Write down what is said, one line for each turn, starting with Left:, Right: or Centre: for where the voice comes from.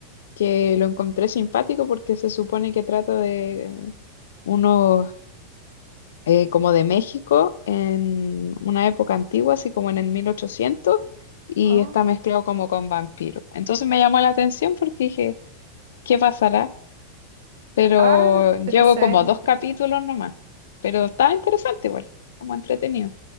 Left: que lo encontré simpático porque se supone que trata de eh, unos eh, como de México en una época antigua, así como en el 1800, y
Right: ah?
Left: está mezclado como con vampiros. Entonces me llamó la atención porque dije, ¿qué pasará? pero
Right: Ah,
Left: llevo
Right: pero se
Left: como
Right: ve interesante.
Left: dos capítulos nomás, pero estaba interesante igual, como entretenido.